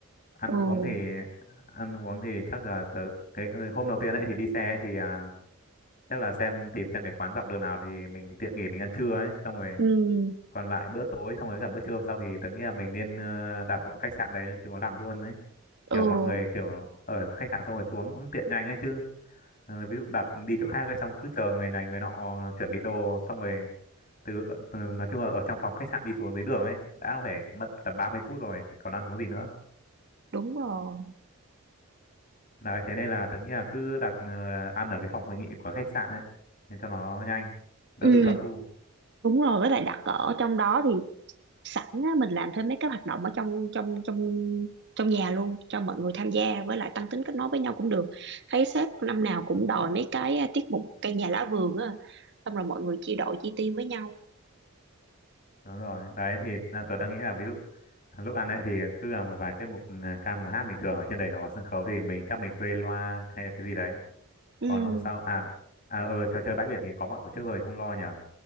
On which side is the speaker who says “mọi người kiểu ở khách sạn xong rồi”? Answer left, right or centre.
Left